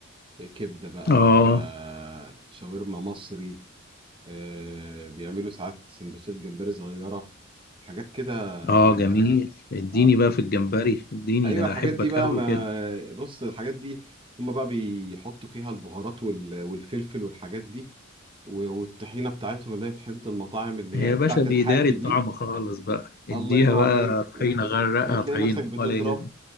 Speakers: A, on the right; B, on the left.
A: كبدة بقى
B: آه
A: شاورما مصري آه، بيعملوا ساعات سندوتشات جمبري صغيرة حاجات كده آه
B: آه جميل اديني
A: آه.
B: بقى في الجمبري اديني
A: أيوة
B: ده أنا
A: الحاجات
B: أحبك
A: دي بقى
B: أوي
A: ما
B: كده
A: بص الحاجات دي هما بقى بيحطوا فيها البهارات وال- والفلفل والحاجات دي و- والطحينة بتاعتهم اللي هي طحينة المطاعم اللي
B: يا
A: هي
B: باشا
A: بتاعت
B: بيداري
A: الحاتي
B: الطعم
A: دي
B: خالص بقى اديها
A: الله ينور
B: بقى
A: عليك
B: طحينة
A: وبت...
B: غرقها
A: وتلاقي
B: طحينة
A: نفسك بتضرب
B: ولا يهمك